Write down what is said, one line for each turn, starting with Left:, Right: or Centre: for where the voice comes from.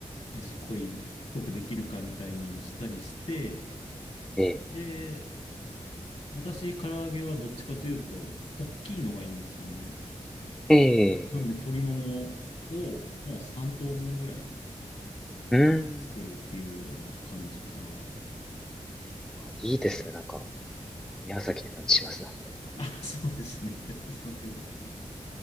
Left: 味濃い、濃くできるかみたいなのをしたりして、
Centre: え
Left: で、私、唐揚げはどっちかというと、大きいのがいいんですよね。
Centre: え、ええ、
Left: なんで鶏ももをもう3等分ぐらいで皮を作るっていうような感じかな。
Centre: うん。
Left: ですね。
Centre: いいですね。なんか、宮崎って感じしますね、なんとなく。
Left: あ、そうですね。<laughs> それが。